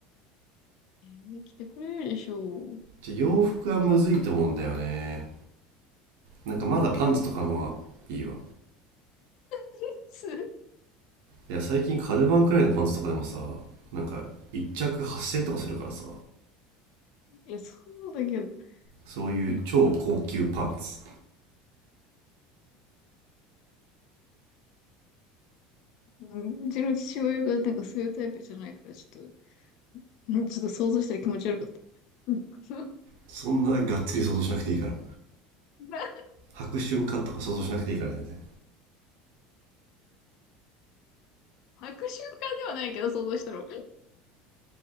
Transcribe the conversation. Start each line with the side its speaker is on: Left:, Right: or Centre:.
Left: に来てくれるでしょう。
Right: じゃあ洋服はむずいと思うんだよね。なんかまだパンツとかの方がいいわ。
Left: んい
Right: いや、最近カルバンくらいのパンツとかでもさ、なんか一着8000円とかするからさ、
Left: や、そうだけど、
Right: そういう超高級パンツ。
Left: うん、うんうちの父親がなんかそういうタイプじゃないから、ちょっと、ちょっと想像したら気持ち悪かった。うん
Right: そんながっつり想像しなくていいから。
Left: なんか
Right: 履く瞬間とか想像しなくていいから全然。
Left: <laughs> 履く瞬間ではないけど、想像したら。